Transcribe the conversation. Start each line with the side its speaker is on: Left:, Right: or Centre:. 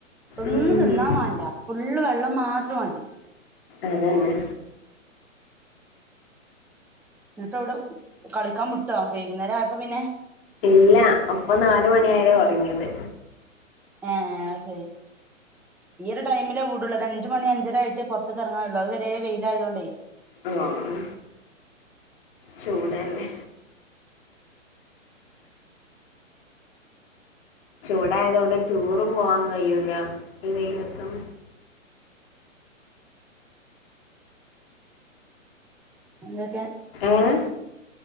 Centre: ഒന്നും
Left: ഉം
Centre: തിന്നാ വാണ്ടാ ഫുള്ള് വെള്ളം മാത്രം മതി
Left: അതന്നെ
Centre: എന്നിട്ട് എവടെ കളിക്കാ വുട്ടോ വൈകുന്നേരം ആയപ്പോ പിന്നെ
Left: ഇല്ല ഒപ്പൊ നാല് മണിയാരെ ഒറങ്ങിയത്
Centre: ഏഹ് അഹ് ശരി ഈ ഒരു ടൈമിലെ വുടുള്ളൂ ഒരു അഞ്ച് മണി അഞ്ചരായിട്ടെ പൊറത്ത്ക്ക് ഇറങ്ങാള്ളു അത് വരെ വെയിലായതു കൊണ്ടേ
Left: ആഹ് ചൂടല്ലേ ചൂടായതു കൊണ്ട് ടൂറും പോവാ കയ്യൂല ഈ വെയിലത്തും
Centre: എന്തൊക്കെ
Left: ഏഹ്